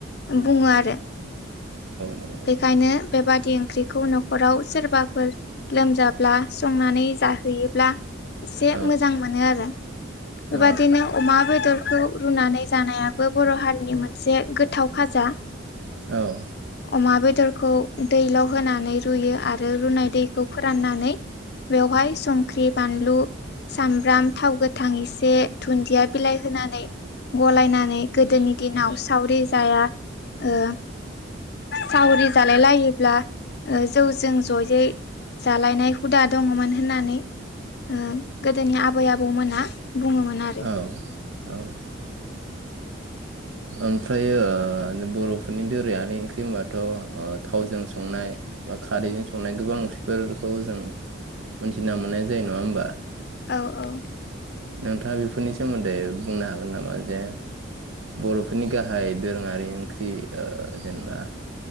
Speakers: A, on the left (about 55°); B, on the right (about 75°).
A: बुंङो आरो
B: नंगौ
A: बेखायनो बेबादि ओंख्रिखौ न'खराव सोरबाफोर लोमजाब्ला संनानै जाहोयोब्ला एसे
B: औ
A: मोजां मोनो आरो बेबादिनो
B: औ
A: अमा बेदर खौ रुनानै जानायाबो बर' हारिनि मोनसे गोथाव खाजा
B: औ
A: अमा बेदरखौ दैल' होनानै रुयो आरो रुनाय दैखौ फोराननानै बेवहाय संख्रि बानलु सामब्राम थाव गोथां एसे दुन्दिया बिलाइ होनानै गलायनानै गोदोनि दिनाव सावरि जाया ओ सावरि जालायलायो ब्ला जौजों ज'यै जालायनाय हुदा दंङ'मोन होननानै ओ गोदोनि आबै आबौमोना बुङोमोन आ
B: औ औ ओमफ्राय ओ बर'फोरनि दोरोंङारि ओंख्रि होनबाथ' थावजों संनाय बा खारैजों संनाय गोबां ओंख्रिफोरखौ जों मोनथिना मोननाय जायो नङा होमबा
A: औ औ
B: नोंथांङा बेफोरनि सोमोन्दै बुंनो हागोन नामा जे बर'फोरनि गाहाय दोरोंङारि ओंख्रि ओ जेनेबा